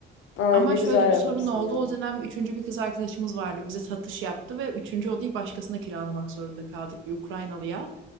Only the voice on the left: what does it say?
Ay
ne
güzel
yapmışsın
ya.